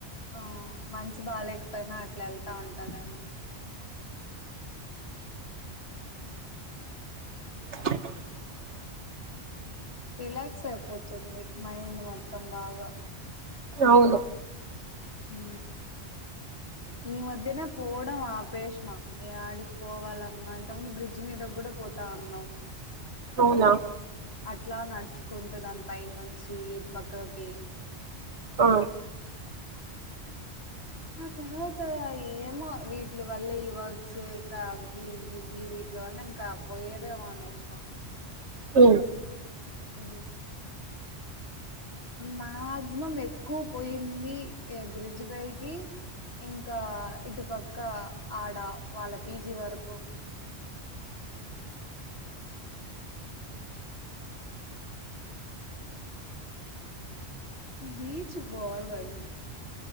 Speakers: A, on the left; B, on the right.
A: ఆ మంచి బాగాలేేకపోయినా అట్లా వెళ్తా ఉంటా నేను <inaudible>
B: <inaudible>
A: రిలాక్స్ అయిపోతుంది మైండ్ మొత్తం బాగా
B: అవును
A: ఉ ఈ మధ్యనే పోవడం ఆపేషణ ఆడికి పోవాలన్నా ఇంతకు ముందు బ్రిడ్జ్ మీద కూడా పోతా ఉన్నాం
B: అవునా
A: అట్లా నడుచుకుంటూ దాని ప నుంచి ఇటుపక్కకి
B: ఆ
A: తర్వాత ఏమో వి వీల వల్లే ఈ వర్క్స్ ఇంకా అవి ఇవి వీటిల వల్ల ఇంకా పోయేదే మానేసాం
B: ఉ
A: ఊ మాక్సిమం ఎక్కువ పోయింది బ్రిడ్జ్ పైకి ఇంకా ఇటుపక్క ఆడ వాళ్ళ పీజీ వరకు బీచ్ బాల వయి